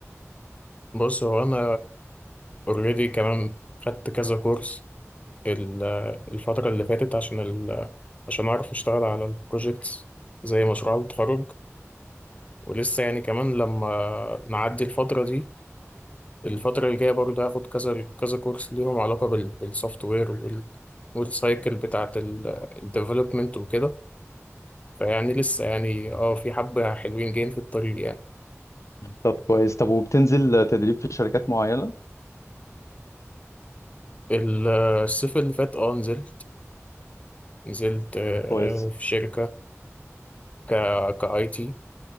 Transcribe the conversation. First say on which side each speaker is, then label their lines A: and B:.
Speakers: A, on the left; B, on the left.
A: بص هو أنا أوريدي كمان خدت كذا كورس ال- الفترة اللي فاتت عشان ال... عشان أعرف أشتغل على البروجيكتس زي مشروع التخرج ولسه يعني كمان لما نعدي الفترة دي الفترة الجاية برضه هاخد كذا كذا كورس ليهم علاقة بال... بالسوفت وير وال... والسايكل بتاعة الديفلوبمنت وكده فيعني لسه يعني اه في حبة حلوين جايين في الطريق يعني
B: طب كويس طب وبتنزل تدريب في شركات معينة
A: ال- الصيف اللي فات اه نزلت نزلت آه،
B: كويس
A: في شركة ك كاي تي